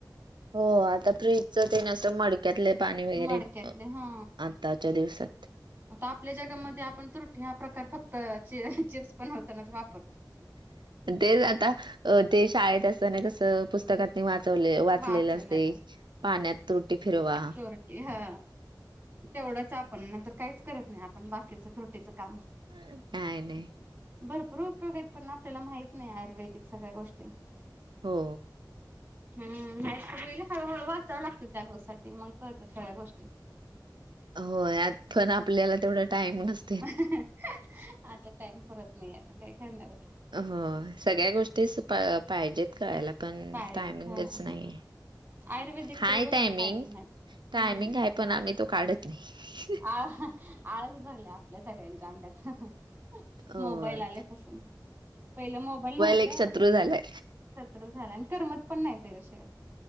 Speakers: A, on the right; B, on the right.
A: हो आता फ्रीजच ते असं मड त्यातले पाणी वगैरे
B: मडक्यातले
A: पितो,
B: हा
A: आत्ताच्या दिवसात.
B: आता आपल्या जगामध्ये, आपण तूरटी हा प्रकार, फक्त च-चिप्स बनवतानाच, वाप
A: तेच आता, अ ते शाळेत असतना, कसं पुस्तकात वाचवले, वाचलेले
B: वाचलेलं
A: असते, पाण्यात तुरटी फिरवा.
B: चोरटी हा तेवढंच आपण, नहीतर काहीच करत नही, आपण बाकीच तुरटीचं काम.
A: नाही नाही
B: भरपूर उपयोग येत, पन आपल्याला माहीत नही, आयुर्वेदिक सगळ्या गोष्टी.
A: हो.
B: हम्म हम्म, नाय त पहिले हळू-हळू वाचावं लागतं, त्या <unintelligible> साठी, मग कळतात, सगळ्या गोष्टी.
A: होय, यात पण आपल्याला, तेवढा टाईम नस
B: आता टाइम पुरत नही, आता काय करणार?
A: हं, सगळ्या गोष्टीच पा-पाहिजेत कळायला, पण
B: पाहिजेत
A: टायमिंगच
B: हा
A: नहीये,
B: आयुर्वेदिक
A: हाये
B: तरी गोष्टी
A: टामिंग,
B: पाहिजे मॅम
A: टायमिंग
B: हम्म
A: हाय पण आम्ही, तो काढत नही.
B: आ हां, आळस भरला, आपल्या सगळ्यांच्या अंगात, ह्हणं हं
A: होय
B: मोबाईल आल्यापासून. पहिलं मोबाईल नव्हत,
A: एक शत्रू झालाय
B: सत्र झालं आणि करमत पण नाय, त्याच्याशिवाय.